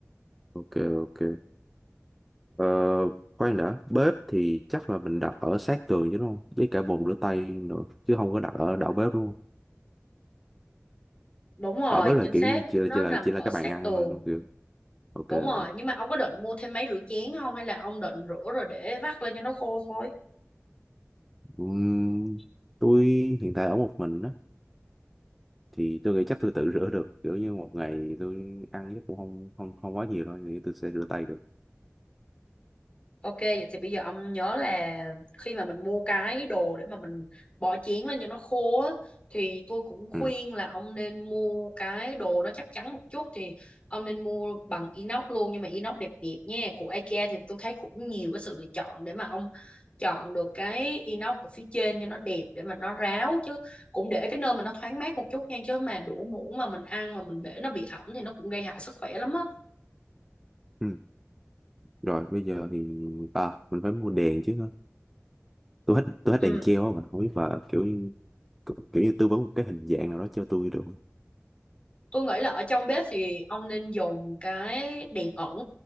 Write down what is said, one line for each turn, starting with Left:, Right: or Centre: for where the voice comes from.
Centre: ok, ok. Ờ, khoan đã, bếp thì chắc là mình đặt ở sát tường chứ đúng không? Với cả bồn rửa tay nữa, chứ không có đặt ở đầu bếp đúng không?
Left: đúng rồi
Centre: Ở bếp là
Left: chính
Centre: kiểu
Left: xác
Centre: chỉ là
Left: nó
Centre: chỉ là,
Left: nằm
Centre: chỉ
Left: ở
Centre: là cái
Left: sát
Centre: bàn ăn
Left: tường
Centre: thôi đúng không? Kiểu. Ok.
Left: đúng
Centre: ok.
Left: rồi nhưng mà ông có định mua thêm máy rửa chén không hay là ông định rửa rồi để vắt lên cho nó khô thôi
Centre: Ừm, tôi hiện tại ở một mình á, thì tôi nghĩ chắc tôi tự rửa được. Kiểu như một ngày tôi ăn chắc cũng không không không quá nhiều đâu, thì tôi sẽ rửa tay được.
Left: Ok, vậy thì bây giờ ông nhớ là khi mà mình mua cái đồ để mà mình bỏ chén lên cho nó khô á, thì tôi cũng khuyên
Centre: Ừ.
Left: là ông nên mua cái đồ nó chắc chắn một chút thì ông nên mua bằng inox luôn nhưng mà inox đẹp đẹp nha. Của IKEA thì tôi thấy cũng nhiều cái sự lựa chọn để mà ông chọn được cái inox ở phía trên cho nó đẹp để mà nó ráo chứ cũng để cái nơi mà nó thoáng mát một chút nha chứ mà đũa muỗng mà mình ăn mà mình để nó bị ẩm thì nó cũng gây hại sức khỏe lắm á.
Centre: ừ. Rồi bây giờ thì à, mình phải mua đèn chứ hả? Tôi hết tôi hết
Left: Ừ.
Centre: đèn treo á mà không biết và kiểu như kiểu, kiểu như tư vấn một cái hình dạng nào đó cho tôi được không?
Left: Tôi nghĩ là ở trong bếp thì ông nên dùng cái đèn ẩn